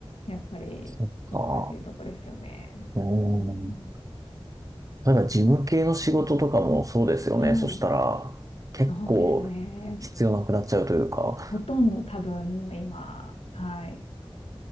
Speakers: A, on the left (about 80°); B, on the right (about 35°).
A: やっぱり難しいとこですよね。
B: そっか。う
A: うん、
B: ん。例えば事務系の仕事とかもそうですよね。
A: はい。
B: そしたら、結構必要なくなっちゃうというか。
A: そうですね。ほとんど多分もう今、はい。